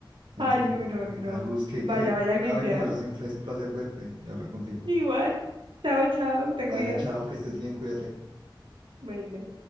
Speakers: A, on the right; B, on the right.
A: Entonces
B: Ay, no,
A: tengo
B: no,
A: que
B: no.
A: dar luz, que,
B: Vaya,
A: que
B: vaya
A: agradable
B: a limpiar.
A: conversación fue. Es un placer verte y hablar contigo.
B: Igual. Chao, chao, te
A: Dale,
B: cuidas.
A: chao, que estés bien, cuídate.
B: Bueno.